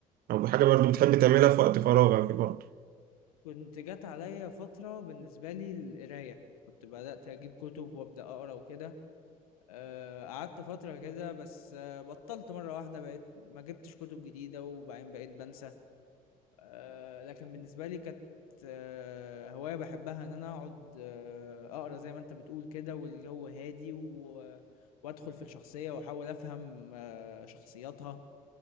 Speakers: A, on the right; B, on the left.
A: او حاجة برضو بتحب تعملها في وقت فراغك برضو
B: كنت جات عليا فترة بالنسبة لي القراية كنت بدأت اجيب كتب وابدأ اقرا وكده آه، قعدت فترة كده بس آه، بطلت مرة واحدة بقيت ما جبتش كتب جديدة وبعدين بقيت بنسى آه، لكن بالنسبة لي كانت آه، هواية بحبها إن أنا أقعد آه، أقرأ زي ما أنت بتقول كده والجو هادي و... وأدخل في الشخصية وأحاول أفهم آه، شخصياتها